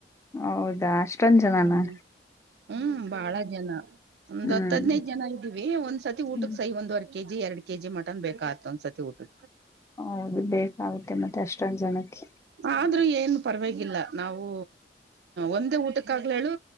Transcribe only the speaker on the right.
ಹ್ಮ್ ಹ್ಮ್ ಬಾಳ ಜನ ಒಂದ್
ಹತ್ ಹದ್ನೈದ ಜನ ಇದ್ದೀವಿ ಒಂದ್ಸತಿ ಊಟಕ್ಕೆ
ಸಯ್ ಒಂದ್ವರ ಕೆ ಜಿ ಎರಡ್ ಕೆ ಜಿ ಮಟನ್ ಬೇಕಾತ ಒಂದ್ಸತಿ ಊಟು
ಆದ್ರೂ ಏನ್ ಪರವಾಗಿಲ್ಲ ನಾವು ಒಂದೇ ಊಟಕ್ಕಾಗ್ಲೇಳು